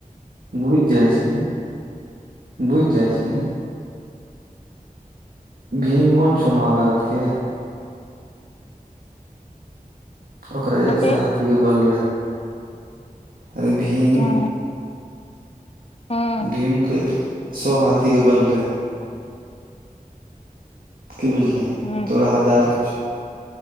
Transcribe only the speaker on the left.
कथी
हूं हूं
हूं